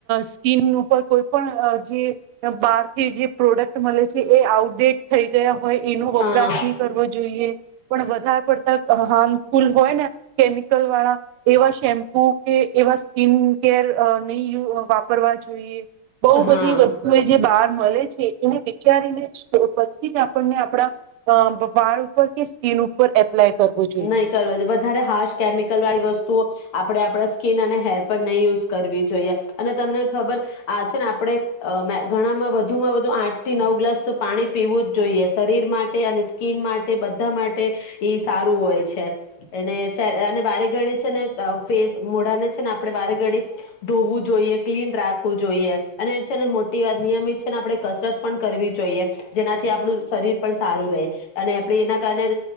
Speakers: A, on the right (about 85°); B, on the left (about 80°).
A: સ્કીન ઉપર કોઈ પણ જે બહારથી જે પ્રોડક્ટ મળે છે એ આઉટડેટ થઈ ગયા હોય એનો વપરાશ
B: હા
A: ની કરવો જોઈએ પણ વધારે પડ હાર્મફુલ હોય ને કેમિકલ વાળા એવા શેમ્પુ કે એવા સ્કીિન કેર નહી ય વાપરવા જોઈએ. બહુ
B: હા
A: બધી વસ્તુ એ જે બાર મળે છે એને વિચારીને જ તો પછી જ આપણને આપણા અ વાળ ઉપર કે સ્કીન ઉપર એપ્લાય કરવું જોઈએ.
B: નહી કરવા વધારે હર્ષ કેમિકલ વાળી વસ્તુ. વુ આપણે આપણા આપ સ્કીિન અને હેર પર નહી યુઝ કરવી જોઈએ અને તમને ખબર આ છે પડે અ મેં ઘણામાં વધ વધુમાં વધુ આઠ થી નવ ગ્લાસ તો પાણી પીવું જ જોઈએ શરીર માટે અને સ્કિન માટે બધા માટે ઈ. સારું હોય છે. એને છે અને વારે ઘડિત. છે ને ફેસ, મોઢા ને છે ને આપડણે વારે ગડીત ધોવું જોઈએ, ક્લીન રાખવું જોઈએ અને છે ને મોટી આ નિયમિત છે ને આપણે કસરત પણ કરવી જોઈએ, જેનાથી આપણું શરીર પણ સારું રહે અને આપણે એના કારણે